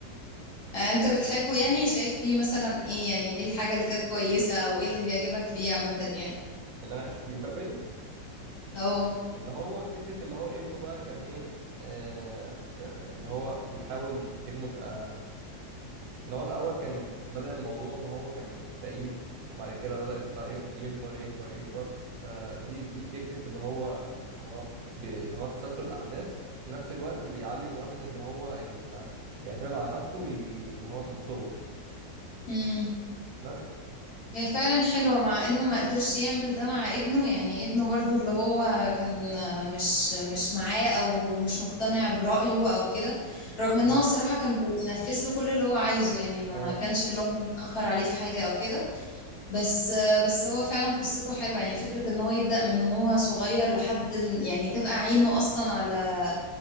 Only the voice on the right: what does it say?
اللي انا عايش في جلباب ابي
اللي هو فكره اللي هو ابنه بقى كان ايه آه ف- اللي هو بيحاول ابنه يبقى اللي هو الأول كان بدأ الموضوع إن هو كان فقير وبعد كده بدأت بقى يب- يكبر يكبر يكبر فدي دي فكرة اللي هو هو ب- اللي هو تسلسل الأحداث في نفس الوقت بيعلم الواحد إن هو يبقى بيعتمد على نفسه وي... اللي هو من صغره
بس
امم
اه